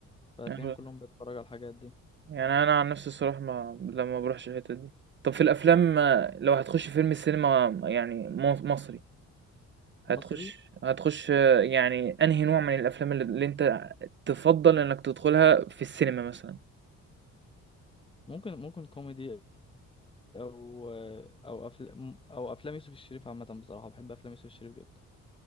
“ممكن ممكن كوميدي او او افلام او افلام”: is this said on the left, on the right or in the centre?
Left